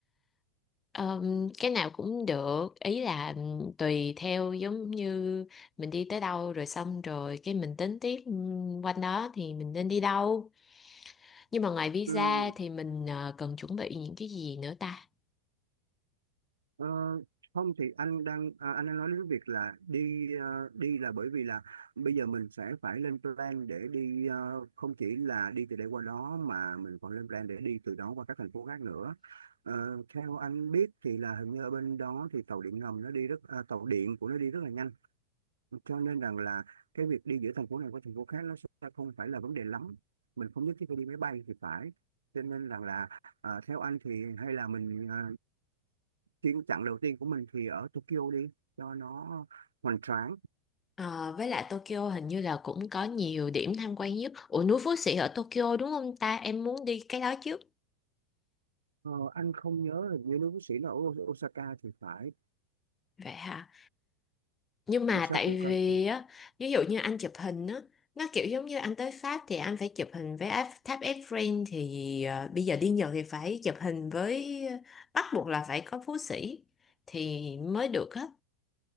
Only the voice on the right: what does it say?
Ừ,
Ờ, không thì anh đang à, anh đang nói đến việc là đi ờ, đi là bởi vì là bây giờ mình sẽ phải lên plan để đi ờ, không chỉ là đi từ đây qua đó mà mình còn lên plan để đi từ đó qua các thành phố khác nữa. Ờ, theo anh biết thì là hình như ở bên đó thì tàu điện ngầm nó đi rất à, tàu điện của nó đi rất là nhanh cho nên rằng là cái việc đi giữa thành phố này qua thành phố khác nó sẽ không phải là vấn đề lắm mình không nhất thiết phải đi máy bay thì phải cho nên rằng là à, theo anh thì hay là mình ờ, chuyến chặng đầu tiên của mình thì ở Tokyo đi cho nó hoành tráng
ờ, anh không nhớ là như nước bác sĩ là ở Osaka thì phải
cảnh sát
thử coi
Ừ.